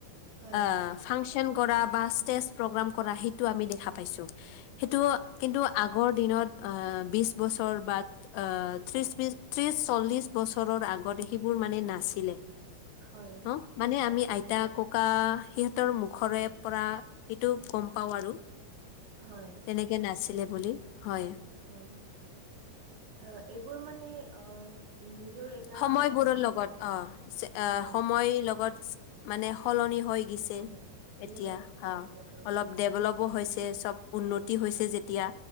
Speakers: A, on the right; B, on the left.
A: হয়,
B: আ ফাংচন কৰা বা ষ্টেজ প্ৰগ্ৰাম কৰা সেইটো আমি দেখা পাইছো। সেইটো কিন্তু আগৰ দিনত আহ বিছ বছৰ বা অ, ত্ৰিশ-বিছ, ত্ৰিশ, চল্লিশ বছৰৰ আগত সেইবোৰ মানে নাছিলে।
A: হয়।
B: ন মানে আমি আইতা, ককা সিহঁতৰ মুখৰে পৰা এইটো গম পাও আৰু।
A: হয়।
B: তেনেকে নাছিলে বুলি, হয়।
A: হয়। অ এইবোৰ মানে অ নিজৰ এটা
B: সময়বোৰৰ
A: অ,
B: লগত অ
A: হয়,
B: অ সময় লগত মানে সলনি হৈ গিছে
A: হয়, কাহিনী
B: এতিয়া
A: হৈ গৈ
B: অ
A: আছে আৰু
B: অলপ ডেভলবো হৈছে চব উন্নতি হৈছে যেতিয়া